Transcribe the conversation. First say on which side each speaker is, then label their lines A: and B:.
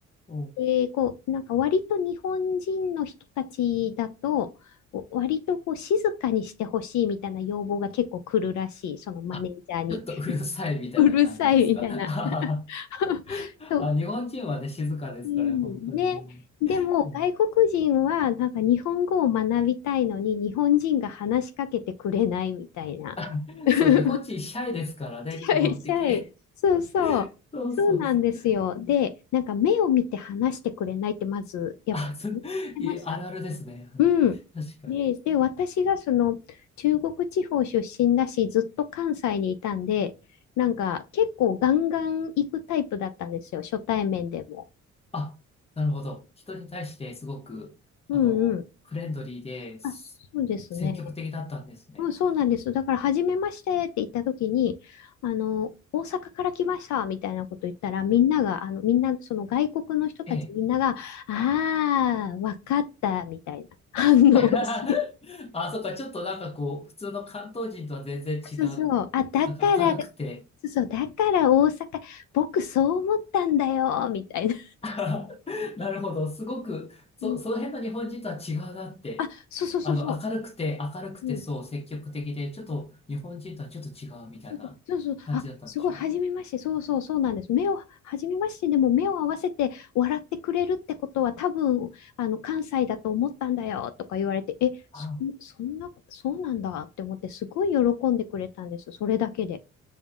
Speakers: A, on the left; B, on the left.
A: お、
B: で、こう、なんか割と日本人の人たちだと、お割とこう静かにしてほしいみたいな要望が結構来るらしい、そのマネージャーに。
A: あ、ちょっとうるさいみたいな感じですかはは
B: <laughs> うるさいみたいな。<laughs>
A: <laughs>
B: と、
A: あ、日本人はね、静かですから、
B: うん、
A: 本当にね。
B: ね。でも外国人はなんか日本語を学びたいのに日本人が話しかけてくれないみたいな。
A: うん。あ、
B: <laughs>
A: そう、日本人シャイですからね、
B: シ
A: 基本的に。
B: ャイシャイ。そうそう。
A: <laughs> そうそうそう。
B: そうなんですよ。
A: うん
B: で、なんか目を見て話してくれないってまずやっぱ言ってました。
A: あ、そう、いあるあるですね。あの確かに。
B: うん。で、で、私がその中国地方出身だし、ずっと関西にいたんで、なんか結構ガンガン行くタイプだったんですよ、初対面でも。
A: あ、なるほど。人に対してすごく、
B: うんうん。
A: あの、フレンドリーです、
B: あ、そうですね。
A: 積極的だったんですね。
B: うん、そうなんです。だから、初めましてって言った時に、あの、大阪から来ましたみたいなこと言ったら、みんなが、あの、みんな、その外国の人たちみんなが、
A: ええ。
B: ああ、わかったみたいな反応をし
A: <laughs>
B: <laughs> て。
A: あ、そっか、ちょっとなんかこう、普通の関東人とは全然違う。
B: そうそう。あ、だから、
A: なんか明るくて、
B: そうそう。だから大阪、僕そう思ったんだよ、みたいな。
A: <laughs> なるほど。すごく、そ、
B: うん
A: その辺の日本人とは違うなって。
B: あ、そうそうそうそ
A: あの、明るくて、明るくて、
B: う。うん。
A: そう、積極的で、ちょっと日本人とはちょっと違うみたいな感じだったんでしょうね。
B: そうそうそうそう。あ、すごい、はじめまして。そうそう、そうなんです。目を、はじめまして。でも目を合わせて笑ってくれるってことは多分、あの、関西だと思ったんだよ、とか言われて、え、そ、
A: あ、
B: そんな、そうなんだって思って、すごい喜んでくれたんです。それだけで。